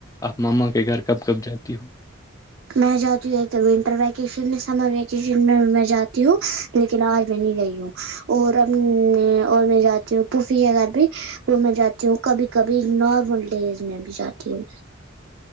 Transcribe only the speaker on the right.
میں جاتی ہوں ایک تو ونٹر ویکیشن میں سمر ویکیشن میں میں جاتی ہوں لیکن آج میں نہیں گئی ہوں اور اب اور میں جاتی ہوں پوفی کے گھر بھی وہ میں جات تی ہوں کبھی کبھی نارمل ڈیز میں بھی جاتی ہوں